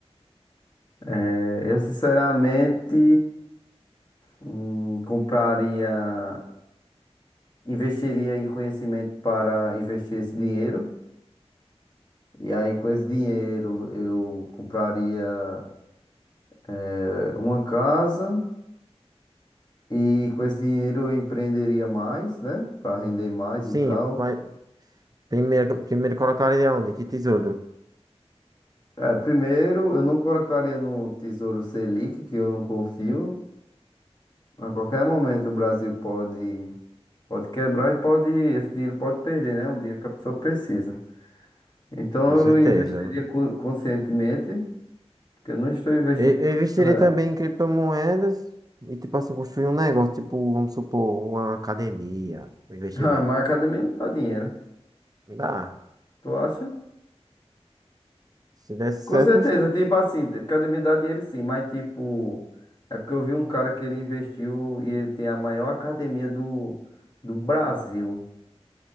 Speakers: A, on the left; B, on the right.
A: É, eu sinceramente hum, compraria, investiria em conhecimento para investir esse dinheiro. E aí, com esse dinheiro, eu compraria é, uma casa. E com esse dinheiro, eu empreenderia mais, né? Para render mais
B: Sim,
A: e tal.
B: vai- Primeiro, primeiro colocaria onde? Que tesouro?
A: É, primeiro, eu não colocaria no Tesouro Selic, que eu não confio. A qualquer momento o Brasil pode, pode quebrar e pode, esse dinheiro pode perder, né? Um dinheiro que a pessoa precisa. Então
B: Com certeza.
A: eu investiria co- conscientemente, porque eu não estou investindo
B: Eu, eu
A: 200
B: investiria
A: real.
B: também
A: <laughs>
B: em criptomoedas e, tipo assim, construir um negócio, tipo, vamos supor, uma academia, um investimento.
A: Ah, mas a academia não dá dinheiro,
B: Dá.
A: tu acha?
B: Se desse
A: Com
B: certo,
A: certeza,
B: eu
A: tipo assim, academia dá dinheiro sim, mas tipo, é porque eu vi um cara que ele investiu e ele tem a maior academia do, do Brasil.